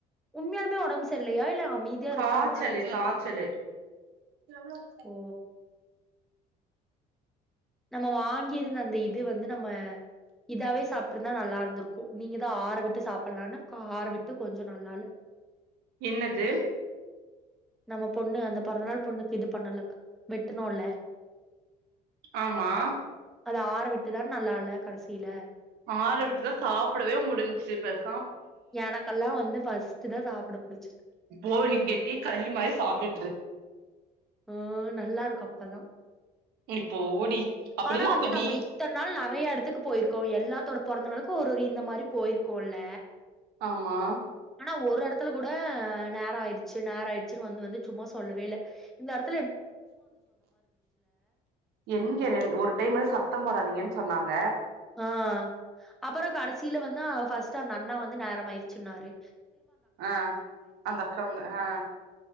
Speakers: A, in the centre; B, on the right (about 75°).
A: உண்மையாலுமே ஒடம்பு சரில்லையா இல்ல அமைதியா
B: காச்சலு
A: இருக்கிற மாரி இரு
B: காச்சலு <unintelligible>
A: ஓ நம்ம வாங்கியிருந்த அந்த இது வந்து நம்ம இதாவே சாப்பிட்டுருந்தா நல்லா இருந்திருக்கு நீங்கதா ஆற விட்டு சாப்பிலான்னு ஆற விட்டு கொஞ்சோ நல்லா இல்ல
B: என்னது
A: நம்ம பொண்ணு அந்த பொறந்தநாள் பொண்ணுக்கு இது பண்ணல்ல வெட்டணோல்ல
B: ஆமா
A: அத ஆற விட்டுதான நல்லால்ல கடைசியில
B: ஆற விட்டுதா சாப்பிடவே முடிஞ்ச்சி பேச
A: எனக்கெல்லா வந்து பஸ் ஸ்ட்டுதா சாப்புட புடிச்சி இருக்கு
B: போ நீ கெட்டியா களி மாரி சாப்பிட்டுட்டு இரு
A: ஆ நல்லா இருக்கு அப்பதா
B: இப்போ ஓடி அப்டின்னா
A: ஆனா வந்து
B: அப்ப
A: நம்ம
B: நீ
A: இத்தன நாள் நெறைய இடத்துக்கு போயிரு கோ எல்லாத்தோட பொறந்த நாளுக்கு ஒரு ஒரு இந்த மாரி போயிருக்கோல்ல
B: ஆமா
A: ஆனா ஒரு எடத்துல கூட நேர ஆயிடுச்சு நேர ஆயிடுச்சுன்னு வந்து வந்து சும்மா சொல்லவே இல்ல இந்த இடத்
B: எங்க ரெண் ஒரு டைம்வாது சத்தம் போடாதீங்கன்னு ச ன்னாங்க
A: ஆ அப்புறோ கடைசியில வந்தா ஃபஸ்ட்டு அந்த அண்ணா வந்து நேரம் ஆயிச்சுன்னாரு
B: ஆ அந்த அக்காங்க ஆ